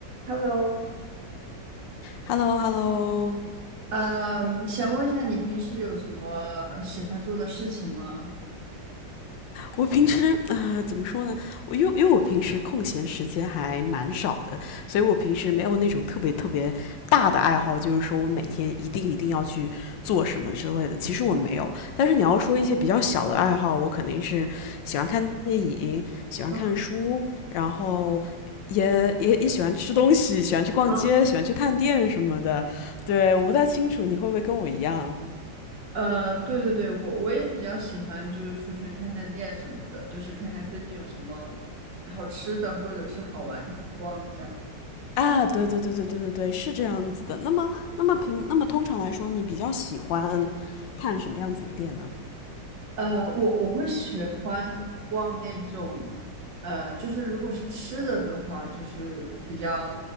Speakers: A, on the right; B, on the left.
A: Hello，
B: h e l l o Hello
A: 嗯，想问一下你平时有什么喜欢做的事情吗？
B: 我平时啊呃怎么说呢？我因为因为我平时空闲时间还蛮少的，所以我平时没有那种特别特别大的爱好，就是说我每天一定一定要去做什么之类的。其实我没有，但是你要说一些比较小的爱好，我肯定是喜欢看电影，喜欢看书，
A: 啊
B: 然后。也也也喜欢吃东西，喜欢去逛街，
A: 啊，
B: 喜欢去探店什么的。对，我不太清楚你会不会跟我一样。
A: 呃，对对对，我我也比较喜欢，就是出去探探店什么的，就是看看最近有什么好吃的或者是好玩的、好逛的这样。
B: 啊，对对对对对对对，是这样子的。那么，那么平，那么通常来说，你比较喜欢看什么样子的店呢？
A: 呃，我我会喜欢逛那种，呃，就是如果是吃的的话，就是比较